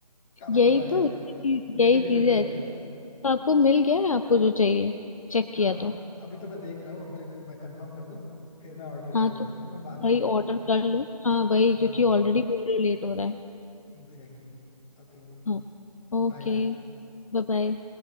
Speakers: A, on the left; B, on the left.
A: काफी
B: यही
A: मजा आ गया
B: तो
A: था
B: यही
A: ये तो यार ये बेनिफिट
B: चीजें
A: तो
B: हैं।
A: है यार
B: तो आपको मिल गया है आपको जो चाहिए चेक
A: हाँ
B: किया तो
A: अभी तो मैं देख रहा हूँ अब देख मैं कंफर्म कर लूँ फिर मैं ऑर्डर
B: हाँ
A: कर लेता
B: तो
A: हूँ फिर मैं बाद में
B: भाई
A: बात करता
B: ऑर्डर
A: हूँ ठीक है
B: कर लो हाँ भाई
A: हाँ
B: क्योंकि ऑलरेडी बोल रहे हो लेट हो रहा है
A: एग्जैक्टली ओके
B: हाँ ओके
A: बाय
B: Bye bye